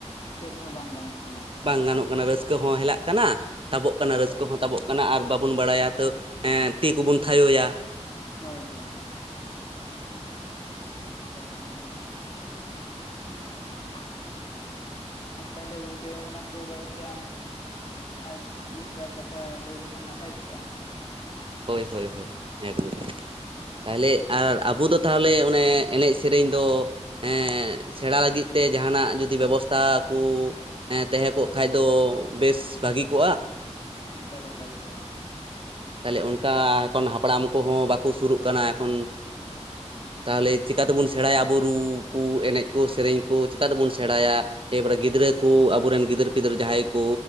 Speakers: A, on the left; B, on the right.
A: ᱪᱮᱫ ᱦᱚᱸ ᱵᱟᱝ ᱜᱟᱱᱚᱜ ᱠᱟᱱᱟᱺ
B: ᱵᱟᱝ ᱜᱟᱱᱚᱜ ᱠᱟᱱᱟ ᱨᱟᱹᱥᱠᱟᱹ ᱦᱚᱸ ᱦᱮᱞᱟᱜ ᱠᱟᱱᱟ ᱛᱟᱵᱚᱜ ᱠᱟᱱᱟ
A: ᱮᱠᱟᱞ
B: ᱨᱟᱹᱥᱠᱟᱹ
A: ᱮᱠᱟᱞ
B: ᱦᱚᱸ ᱛᱟᱵᱚᱜ ᱢᱟᱱᱮ ᱟᱨ ᱵᱟᱵᱚᱱ ᱵᱟᱲᱟᱭᱟ ᱛᱟᱹᱣ ᱮ ᱛᱤ ᱠᱩᱵᱩᱱ ᱛᱷᱟᱭᱚᱭᱟ
A: ᱦᱳᱭ ᱦᱳᱭ ᱤᱠᱟᱞ ᱮᱠᱟᱞ ᱜᱚᱝᱠᱮ <inaudible>
B: <inaudible>
A: ᱟᱨ ᱛᱟᱦᱚᱞᱮ ᱜᱚᱝᱠᱮ ᱚᱱᱟ ᱠᱚ ᱵᱟᱨᱮᱛᱮ ᱟᱢ ᱟᱨ ᱢᱤᱫ ᱵᱟᱨ ᱠᱟᱛᱷᱟ ᱞᱟᱹᱭ ᱞᱮᱠᱷᱟᱱ ᱱᱟᱯᱟᱭ ᱠᱚᱜᱼᱟ
B: ᱦᱳᱭ ᱦᱳᱭ ᱦᱳᱭ, ᱦᱮᱸ ᱜᱚᱝᱠᱮ᱾ ᱛᱟᱦᱚᱞᱮ ᱟᱨ ᱟᱵᱚ ᱫᱚ ᱛᱟᱦᱚᱞᱮ ᱚᱱᱮ ᱮᱱᱮᱡ ᱥᱮᱨᱮᱧ ᱫᱚ ᱮᱸ ᱥᱮᱲᱟ ᱞᱟᱹᱜᱤᱫ ᱛᱮ ᱡᱟᱦᱟᱱᱟᱜ ᱡᱩᱫᱤ ᱵᱮᱵᱚᱥᱛᱷᱟ ᱠᱚ ᱮᱸ ᱛᱟᱦᱮᱸ ᱠᱚᱜ ᱠᱷᱟᱱ ᱫᱚ ᱵᱮᱥ ᱵᱷᱟᱹᱜᱤ ᱠᱚᱜᱼᱟ
A: ᱮᱠᱟᱞ ᱮᱠᱟᱞ ᱮᱠᱟᱞ
B: ᱛᱟᱦᱚᱞᱮ ᱚᱱᱠᱟ ᱮᱠᱷᱚᱱ ᱦᱟᱯᱲᱟᱢ ᱠᱚ ᱦᱚᱸ ᱵᱟᱠᱚ ᱥᱩᱨᱩᱜ ᱠᱟᱱᱟ ᱮᱠᱷᱚᱱ ᱛᱟᱦᱚᱞᱮ ᱪᱤᱠᱴᱠᱟ ᱛᱮᱵᱚᱱ ᱥᱮᱲᱟᱭᱟ ᱟᱵᱚ ᱨᱩ ᱠᱚ ᱮᱱᱮᱡ ᱠᱚ ᱥᱮᱨᱮᱧ ᱠᱚ ᱪᱤᱠᱟ ᱛᱮᱵᱚᱱ ᱥᱮᱬᱟᱭᱟ? ᱮᱵᱟᱨᱮ ᱜᱤᱫᱽᱨᱟᱹ ᱠᱚ, ᱟᱵᱚᱨᱮᱱ ᱜᱤᱫᱟᱹᱨ ᱯᱤᱫᱟᱹᱨ ᱡᱟᱦᱟᱸᱭ ᱠᱚ,